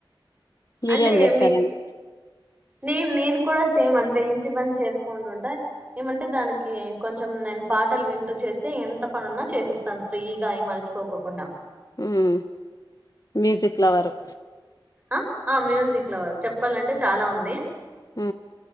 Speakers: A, on the left; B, on the right.
A: మీరేం
B: అంటే
A: చేస్తారండి
B: మీ నేను నేను కూడా సేమ్ అంతే ఇంటి పని చేసుకుంటుంటా ఏమంటే దానికి కొంచెం నేను పాటలు వింటూ చేస్తే ఎంత పనున్నా చేసేస్తాను ఫ్రీగా ఏం అలిసిపోకోకుండా
A: హ్మ్ మ్యూజిక్ లవరు
B: ఆ ఆ మ్యూజిక్ లవర్ చెప్పాలంటే చాలా ఉంది
A: ఊ